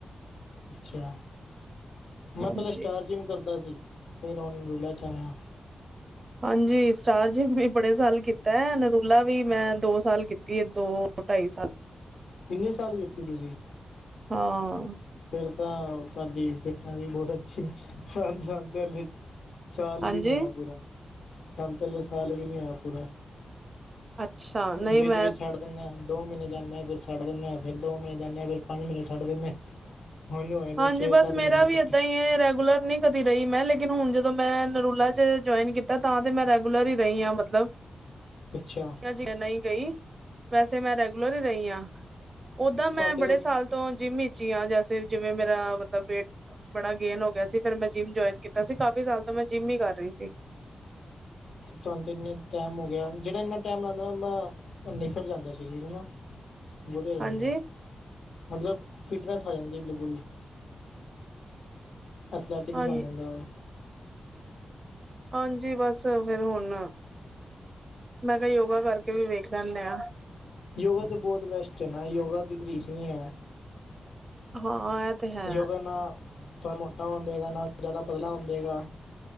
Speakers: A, on the left (about 75°); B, on the right (about 35°).
A: ਅੱਛਿਆ ਮੈਂ
B: ਹਾਂਜੀ
A: ਪਹਿਲਾਂ ਸਟਾਰ ਜਿੰਮ ਕਰਦਾ ਸੀ। ਫਿਰ ਉਹ ਨਰੂਲਾ 'ਚ' ਆਇਆ।
B: ਹਾਂਜੀ ਸਟਾਰ ਜਿੰਮ ਵੀ ਬੜੇ ਸਾਲ ਕੀਤਾ ਏ ਨਰੂਲਾ ਵੀ ਮੈਂ ਦੋ ਸਾਲ ਕੀਤੀ ਹੈ ਦੋ ਢਾਈ ਸਾਲ <inaudible>
A: ਕਿੰਨੇ ਸਾਲ ਕੀਤੀ ਤੁਸੀਂ?
B: ਹਾਂ।
A: ਫਿਰ ਤਾਂ ਤੁਹਾਡੀ ਫਿੱਟਨੈੱਸ ਵੀ ਬਹੁਤ ਅੱਛੀ ਆ। <unintelligible> ਹਰ ਜਾਂਦਿਆ ਲਈ। ਸਾਲ
B: ਹਾਂਜੀ
A: ਵੀ ਨੀ ਹੋਇਆ ਪੂਰਾ ਸਾਨੂੰ ਤੇ ਲੈ ਸਾਲ ਵੀ ਨੀ ਹੋਇਆ ਪੂਰਾ
B: ਅੱਛਾ ਨਹੀਂ
A: ਵਿੱਚ-ਵਿੱਚ
B: ਮੈਂ
A: ਛੱਡ ਦਿੰਦੇ ਹਾਂ। ਦੋ ਮਹੀਨੇ ਜਾਂਣੇ ਆ ਫਿਰ ਛੱਡ ਦਿੰਦੇ ਆ ਫਿਰ ਦੋ ਮਹੀਨੇ ਜਾਣੇ ਫਿਰ ਪੰਜ ਮਹੀਨੇ ਛੱਡ ਦੀਣੇ ਆ ਹੁਣ ਹੋਏ ਨੇ
B: ਹਾਂਜੀ
A: ਛੇ
B: ਬੱਸ
A: ਸੱਤ
B: ਮੇਰਾ
A: ਮਹੀਨੇ ਇਕੱਠੇ
B: ਵੀ ਏਦਾਂ ਹੀ ਹੈ ਰੈਗੂਲਰ ਨਹੀਂ ਕਦੀ ਰਹੀ ਮੈਂ ਲੇਕਿਨ ਹੁਣ ਜਦੋਂ ਮੈਂ ਨਰੂਲਾ 'ਚ' ਜੁਆਇਨ ਕੀਤਾ ਤਾਂ ਤੇ ਮੈਂ ਰੈਗੂਲਰ ਹੀ ਰਹੀ ਆ ਮਤਲਬ <inaudible>
A: ਅੱਛਾ।
B: <unintelligible> ਨਹੀਂ ਗਈ ਵੈਸੇ ਮੈਂ ਰੈਗੂਲਰ ਹੀ ਰਹੀ ਆ ਉਦਾਂ
A: ਸਾਡੇ
B: ਮੈਂ ਬੜੇ
A: ਕੋਲ
B: ਸਾਲ ਤੋਂ ਜਿਮੀਜੀਆਂ ਜੈਸੇ ਜਿਵੇਂ ਮੇਰਾ ਮਤਲਬ ਵੇਟ, ਬੜਾ ਗੇਨ ਹੋ ਗਿਆ ਸੀ। ਫ਼ਿਰ ਮੈਂ ਜਿੰਮ ਜੁਆਇਨ ਕੀਤਾ ਸੀ। ਕਾਫੀ ਸਾਲ ਤੋਂ ਮੈਂ ਜਿੰਮ ਹੀ ਕਰ ਰਹੀ ਸੀ।
A: ਤੁਹਾਨੂੰ ਇੰਨੇ ਟਾਈਮ ਹੋ ਗਿਆ। ਜਿਹੜਾ ਇੰਨਾ ਟਾਈਮ ਲੱਗਦਾ ਉਹਦਾ ਉਹ ਨਿਖਰ ਜਾਂਦਾ ਛੇਤੀ ਹਨਾ ਵਧੀਆ ਰਹਿੰਦਾ।
B: ਹਾਂਜੀ
A: ਮਤਲਬ ਫਿਟਨੈਸ ਆ ਜਾਂਦੀ ਬਿਲਕੁਲ। ਐਥਲੈਟਿਕ
B: ਹਾਂ
A: ਬਣਾ ਜਾਦਾ ਉਹ।
B: ਹਾਂਜੀ ਬੱਸ ਫ਼ਿਰ ਹੁਣ, ਮੈਂ ਕਿਹਾ ਯੋਗਾ ਕਰਕੇ ਵੀ ਵੇਖ ਲੈਂਣੇ ਆ।
A: ਯੋਗਾ ਤੇ ਬਹੁਤ ਬੈਸਟ ਐ ਨਾ ਯੋਗਾ ਦੀ ਰੀਸ ਨਹੀਂ ਐ।
B: ਹਾਂ ਇਹ ਤੇ ਹੈ
A: ਯੋਗਾ ਨਾ ਥੋੜਾ ਮੋਟਾ ਹੋਣ ਦੇਗਾ ਨਾ ਜ਼ਿਆਦਾ ਪਤਲਾ ਹੋਣ ਦੇਗਾ।